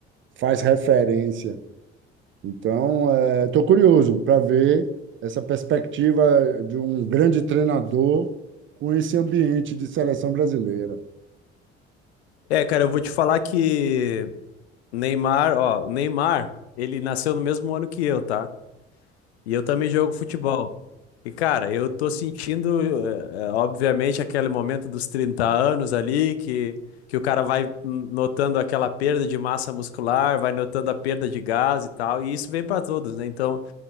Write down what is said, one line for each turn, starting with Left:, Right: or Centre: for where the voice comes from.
Right: faz referência. Então, estou curioso para ver essa perspectiva de um grande treinador com esse ambiente de seleção brasileira.
Left: É, cara, eu vou te falar que Neymar, ó, o Neymar, ele nasceu no mesmo ano que eu, tá? E eu também jogo futebol. E, cara, eu tô sentindo, eh, eh, obviamente, aquele momento dos 30 anos ali, que, que o cara vai hum, notando aquela perda de massa muscular, vai notando a perda de gás e tal, e isso vem para todos, né? Então,